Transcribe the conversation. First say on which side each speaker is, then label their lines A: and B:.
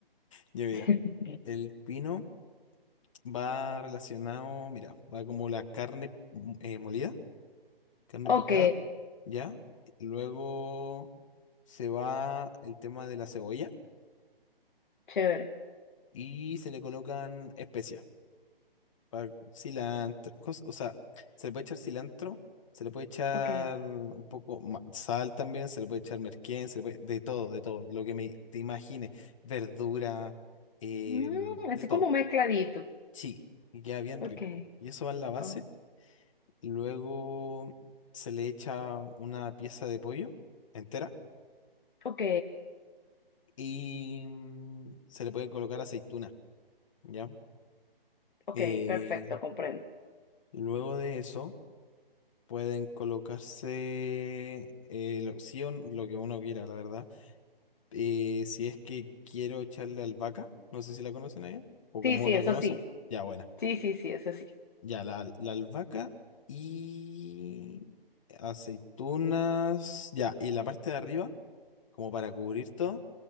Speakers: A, on the left; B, on the left.
A: Ya mira,
B: <laughs>
A: el pino va relacionado, mira, va como la carne mm, eh, molida. carne
B: Ok,
A: picada, ¿ya? Luego se va el tema de la cebolla
B: chévere.
A: y se le colocan especias, pa- cilantro, cos- o sea, se le puede echar cilantro, se le puede echar
B: Ok.
A: un poco ma- sal también, se le puede echar merquén, se le puede- de todo, de todo, lo que me, te imagines, verdura, em,
B: Mm, es
A: de todo,
B: como mezcladito.
A: sí, y queda bien
B: Ok.
A: rico. Y eso va en la base,
B: con-
A: y luego se le echa una pieza de pollo entera
B: Ok.
A: y mm, se le pueden colocar aceituna, ¿ya?
B: Ok,
A: Eh,
B: perfecto, comprendo.
A: luego de eso pueden colocarse eh, lo, sí o n- lo que uno quiera, la verdad. Eh, si es que quiero echarle albahaca, no sé si la conocen allá o
B: Sí,
A: cómo
B: sí,
A: la
B: eso
A: conocen,
B: sí.
A: ya buena.
B: Sí, sí, sí, eso sí.
A: Ya la, la albahaca y aceitunas, ya, y la parte de arriba. como para cubrir todo,